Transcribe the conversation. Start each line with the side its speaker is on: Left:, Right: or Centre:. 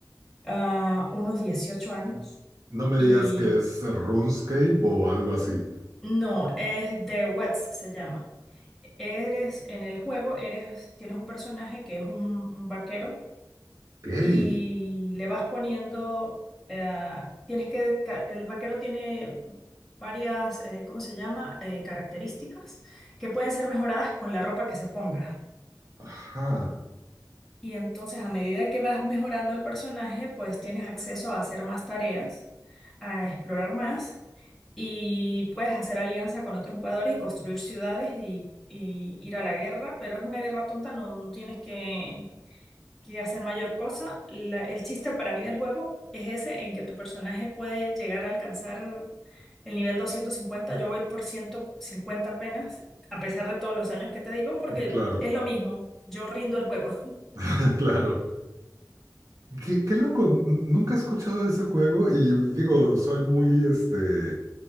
Centre: ah, unos 18 años.
Right: No me
Centre: Y
Right: digas que es RuneScape o algo así.
Centre: No, es The Wets se llama. Eres en el juego, eres, tienes un personaje que es un, un vaquero
Right: Gay.
Centre: y le vas poniendo, eh, tienes que, ca- el vaquero tiene varias, eh, ¿cómo se llama? Eh, características que pueden ser mejoradas con la ropa que se ponga.
Right: Ajá,
Centre: Y entonces a medida que vas mejorando el personaje, pues tienes acceso a hacer más tareas, a explorar más. y puedes hacer alianza con otros jugadores y construir ciudades y, y ir a la guerra, pero es una guerra tonta, no, no tienes que, que hacer mayor cosa. La- el chiste para mí del juego es ese, en que tu personaje puede llegar a alcanzar el nivel 250, yo voy por 150 apenas, a pesar de todos los años que te digo, porque
Right: claro,
Centre: es lo mismo, yo rindo el juego.
Right: <laughs> claro. Qué, qué loco, n- nunca he escuchado de ese juego y digo, soy muy este,